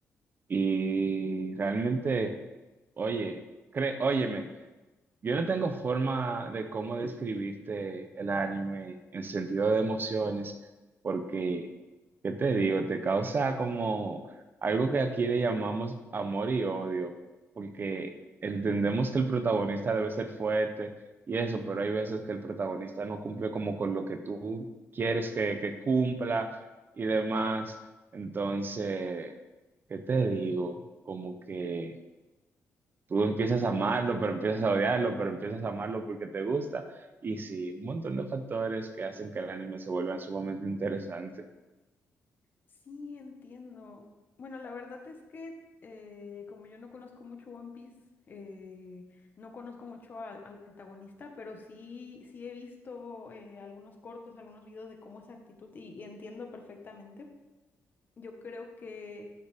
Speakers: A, on the right; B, on the left.
A: y realmente, oye, cre óyeme, Yo no tengo forma de cómo describirte el anime en sentido de emociones, porque, ¿qué te digo? Te causa como algo que aquí le llamamos amor y odio, porque entendemos que el protagonista debe ser fuerte y eso, pero hay veces que el protagonista no cumple como con lo que tú quieres que, que cumpla y demás. Entonces, ¿qué te digo? Como que... Tú empiezas a amarlo, pero empiezas a odiarlo, pero empiezas a amarlo porque te gusta. Y sí, un montón de factores que hacen que el anime se vuelva sumamente interesante.
B: Sí, entiendo. Bueno, la verdad es que eh, como yo no conozco mucho One Piece, eh, no conozco mucho al, al protagonista, pero sí, sí he visto eh, algunos cortos, algunos videos de cómo es su actitud y, y entiendo perfectamente. Yo creo que